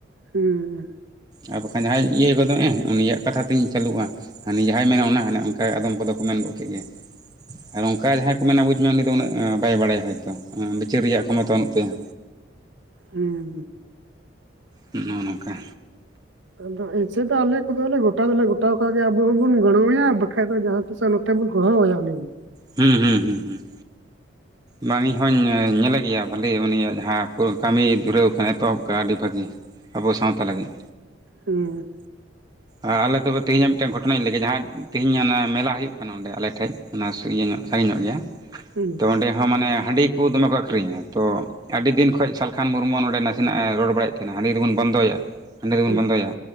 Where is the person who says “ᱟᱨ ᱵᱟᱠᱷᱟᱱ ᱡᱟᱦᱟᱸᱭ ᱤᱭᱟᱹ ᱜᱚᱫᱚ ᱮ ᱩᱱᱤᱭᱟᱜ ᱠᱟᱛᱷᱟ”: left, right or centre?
Right